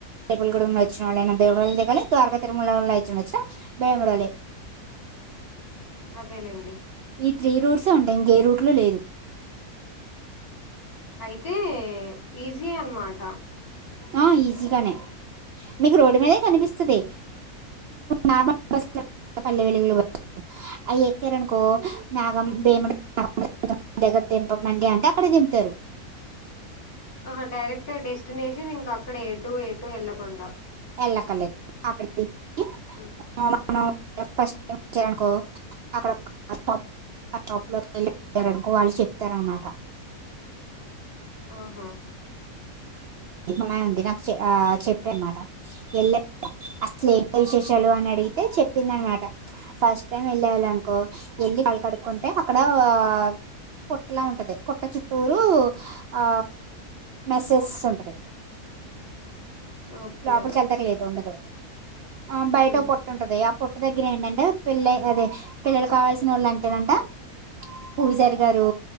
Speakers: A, on the right; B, on the left.
A: బేపుల్గూడంలో వచ్చిన వాళ్ళైనా భయమిడళ దిగలి ద్వారక తిరుమల వచ్చిన వచ్చినా భయబడాలి.
B: అదేలేండి
A: ఈ త్రీ రూట్సే ఉంటాయ్ ఇంకే రూట్లు లేదు
B: అయితే ఈజీయె అన్నమాట
A: ఆ ఈజీగానే మీకు రోడ్డు మీదే కనిపిస్తది నమ <inaudible> పల్లె వెలుగులు అవి ఎక్కారనుకో నాగం భేముడు దగ్గర దింపమండి అంటే అక్కడే దింపుతారు
B: ఆహా డైరెక్ట్ డెస్టినేేషన్ ఇంకా అక్కడె ఎటు ఎటు ఎళ్ళకుండా
A: ఎల్లక్కర్లేదు అక్కడ దిగి
B: మ్,
A: <inaudible> మనం ఫస్ట్ టైం వచ్చారనుకో అక్కడ బస్స్టాప్ ఆ షాప్లోకి వెళ్ళిఅడిగారనుకో వాళ్ళు చెప్తారనమాట
B: ఆహా
A: అమ్మాయి ఉంది నాకు చె ఆ చెప్ప అనమాట వెళ్ళ అసలు ఏంటి విశేషాలు అని అడిగితే చెప్పింద నమాట ఫస్ట్ టైం వెళ్ళాలి అనుకో కాలు కడుక్ంటే అక్కడ <unintelligible> పుట్లా ఉంటది పుట్ట చుట్టూరు ఆ మెసెస్ తుంటది
B: ఓకే
A: లోపలికి వెళ్తేలేదు ఉండదు ఆ బయటె
B: మ్మ్
A: ఓ పుట్టు ఉంటది ఆ పొట్టు దగ్గర ఏంటంటే పిల్లై అదే పిల్లలు కావాల్సినోళ్ళు అంటేనంట పూజారి గారు